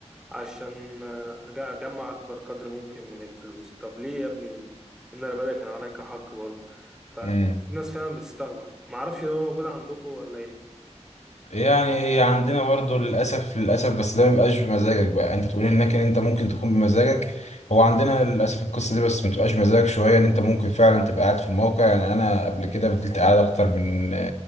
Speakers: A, in the centre; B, on the left.
A: عشان آه، أج- اجمع اكبر قدر ممكن من الفلوس طب ليه يا ابني ان انا بدأ كان عليك حق برضه ففي
B: مم.
A: ناس فعلا بتستغرب معرفش ده موجود عندكم ولا ايه
B: يعني هي عندنا برضو للأسف للأسف بس ده مبيبقاش بمزاجك بقى انت تقول انك ان انت ممكن تكون بمزاجك هو عندنا للأسف القصة دي بس متبقاش بمزاجك شوية ان انت ممكن فعلا تبقى قاعد في الموقع يعني انا قبل كده فضلت قاعد اكتر من